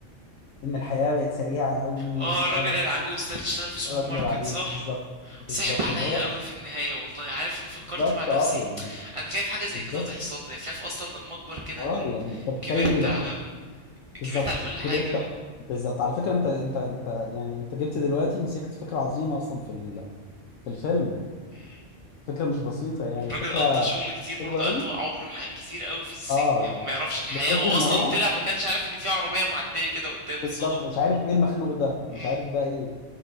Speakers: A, on the left; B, on the right.
A: ان الحياه بقت سريعه قوي وان
B: اه
A: الحياه
B: الراجل
A: بقت
B: العجوز ده اللي اشتغل في سوبر
A: الراجل
B: ماركت
A: والعجوز
B: صح
A: بالظبط بالظبط
B: صعب عليا
A: اللي هو
B: قوي في النهاية والله عارف انا فكرت
A: بالظبط
B: مع نفسي
A: اه يعني
B: انا خايف حاجة زي
A: بالظبط
B: كده تحصل لي خايف اصلا لما اكبر كده
A: اه
B: اكون
A: يعني انت متخيل
B: كبرت
A: يبقى
B: على
A: بالظبط
B: كبرت على كل
A: كبرت
B: حاجة اه
A: بالظبط على فكره انت انت انت يعني انت جبت دلوقتي مسكت فكره عظيمه اصلا في ال... في الفيلم
B: مهم.
A: فكره مش بسيطه يعني
B: الراجل
A: فكره
B: قضى شغل كتير برضه
A: حلوه قوي
B: قضى عمره ح- كتير قوي في السجن
A: اه
B: يعني
A: يعني
B: هو ما يعرفش الحياة
A: لدرجه
B: هو
A: ان
B: اصلا
A: هو
B: طلع ما كانش عارف ان في عربية معدية كده قدامه اتصدم
A: بالظبط مش عارف ايه المخلوق ده مش
B: مم.
A: عارف ده ايه